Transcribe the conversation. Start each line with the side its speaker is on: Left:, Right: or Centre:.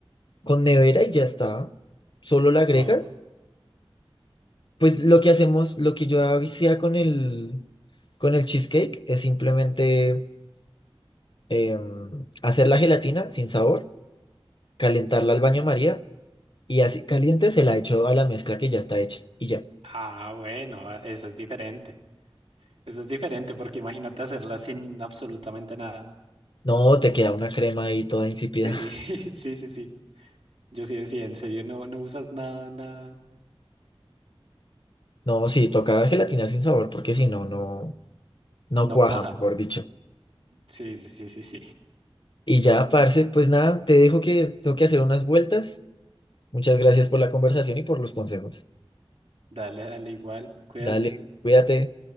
Left: con nevera y ya está. Solo la agregas.
Right: Wow.
Left: Pues lo que hacemos, lo que yo hacía con el, con el cheesecake es simplemente em, hacer la gelatina sin sabor calentarla al baño María y así caliente se la echo a la mezcla que ya está hecha y ya.
Right: Ah, bueno, eso es diferente. Eso es diferente porque imagínate hacerla sin absolutamente nada.
Left: No, te queda una crema ahí toda insípida.
Right: Sí,
Left: <laughs>
Right: <laughs> sí, sí, sí. Yo sí decía, en serio, no, no usas nada, nada.
Left: No, sí, toca gelatina sin sabor porque si no, no, no
Right: No
Left: cuaja,
Right: cuaja.
Left: mejor dicho.
Right: Sí, sí, sí, sí, sí.
Left: Y ya, parce, pues nada, te dejo que tengo que hacer unas vueltas. Muchas gracias por la conversación y por los consejos.
Right: Dale, dale, igual. Cuídate.
Left: Dale, cuídate.